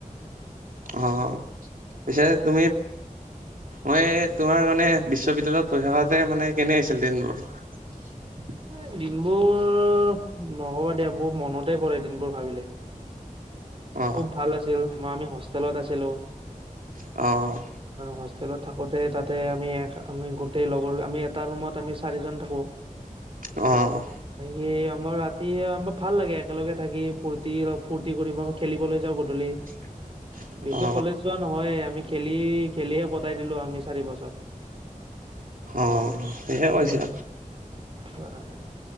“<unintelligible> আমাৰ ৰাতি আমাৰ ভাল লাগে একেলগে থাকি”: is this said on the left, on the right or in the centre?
Right